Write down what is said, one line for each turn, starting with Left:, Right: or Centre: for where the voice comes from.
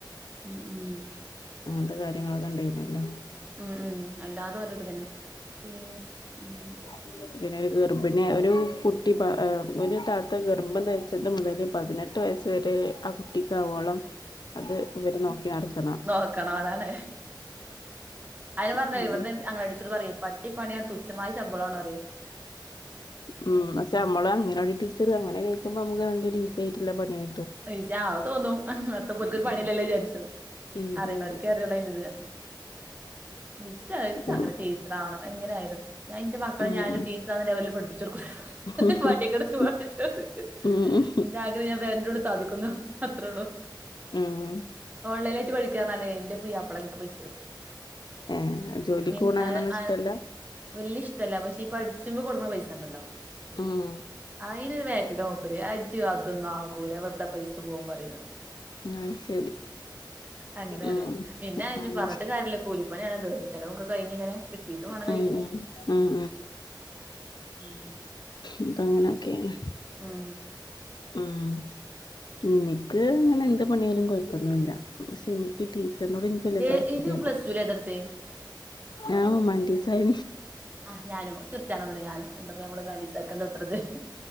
Right: ഹ്മ്മ് ഹ്മ്മ്
Left: അങ്ങൻത്തെ കാര്യങ്ങളൊക്കെ ഇണ്ടായിനല്ലോ
Right: ഹ്മ്മ് ഹ്മ്മ് അല്ലാതെ ഓലട്ത്ത്ക്കന്നെ പിന്നെ ഉം
Left: <inaudible> പിന്നെ ഒര് ഗർഭിണി ഒരു കുട്ടി ബ ഏഹ് ഒരു താത്ത ഗർഭം ധരിച്ചതും മുതല് പതിനെട്ട് വയസ് ഇത് വേരെ ആ കുട്ടിക്കാവോളം അത് ഇവര് നോക്കി നടക്കണം
Right: നോക്കണം അതാണ് അയിഞ്ഞാ പറഞ്ഞെ
Left: ഉം
Right: ഇവന്ന് അഗംലവാടി ടീച്ചറ് പ റഞ്ഞത് പട്ടിപ്പണിയാ തുച്ഛമായ ശമ്പളാണൊന്നറിയെ
Left: ഹ്മ്മ് പക്ഷെ നമ്മളും അഗംലവാടി ടീ ച്ചറ് അങ്ങനെ കേക്കുമ്പോ നമക്ക് നല്ലര് ഈസി ആയിട്ട്ള്ള പണിയാ
Right: നിഷാ അത് തോന്നും എത്തപ്പ ഓൽക്കൊരു
Left: ഉം
Right: പണിയിലല്ല വിചാര്ച്ചും
Left: ഉം
Right: അറിണോൽക്കെ അറിയൊള്ളൂ അയ്ന്റെത് ഇച്ച ഇച്ചങ്ങനെ
Left: ഉം
Right: ടീ ച്ചറാവണം എങ്ങനായാലും ഞാൻ ഇന്റെ മക്കളെ
Left: ഉം
Right: ഞാനൊര് ടീച്ചറാന്ന്ല്ലെ ലെവൽല് പഠിപ്പിച്ചൊടുക്കും
Left: ഉം
Right: വടിയൊക്കെട്ത്ത് പഠിപ്പിച്ചൊടുക്കും
Left: ഉം
Right: ഇന്റെ ആഗ്രഹം ഞാൻ പെരന്റുള്ള് സാധിക്കുന്നു അത്രൊള്ളൂ.
Left: ഉം
Right: ഓൺലൈനായിട്ട് പഠിക്കാറ്ഞ്ഞാലെ ഇന്റെ പുയ്യാ പ്ലനക്ക് പൈസരും
Left: ഏ ജോലിക്ക്
Right: മീൻസ്
Left: പോണ അങ്ങനൊന്നും
Right: അഹ്
Left: ഇഷ്ടല്ല
Right: അഹ് വല്ല്യ ഇഷ്ട്ടല്ല പക്ഷെ ഇപഠിച്ചുമ്പോ കൊടുക്കുന്ന പൈസ ഇണ്ടല്ലോ
Left: ഉം
Right: അയിനൊരു ബേക്കിക്ക മൂപ്പര് അത്ജ്ജ് കാത്ത്ന്ന ആകൂല വെറ് ന്താ പൈസ പോവും പറയിന്നോട്
Left: അത് ശരി
Right: അങ്ങനെറിയ
Left: ഉം
Right: പിന്നെജ്ജ്
Left: ഉം
Right: പറഞ്ഞിട്ട് കാര്യല്ല്യ കൂലി പണിയാണത് ചെലവൊക്കെ കഴിഞ്ഞിങ്ങനെ കിട്ടീട്ട്മാണം കയ്യില്
Left: ഉം ഉം ഉം
Right: ഉം
Left: അപ്പൊങ്ങനെക്കേണ്
Right: ഉം
Left: ഉം ഇനിക്ക് അങ്ങനെന്ത് പണിയയാലും കൊഴ്പ്പൊന്നുല്ല പക്ഷേ എനിക്ക് ടീ ചർനോട് ഇന്ക്ക് വല്യ
Right: ജെ
Left: താല്പര്യല്ല്യ
Right: ഇജ് പ്ലസ് ടു ല് ഏതാട്ത്തെ
Left: ഞാ ഹ്യൂമൻറ്റിസ് ആയ്
Right: ആഹ് ഞാനും ചിർച്ചാനൊന്നുംല്ല ഞാനും എന്തപ്പ നമ്മളുമാന്റീസെർക്ക് എന്താ ഇത്രത്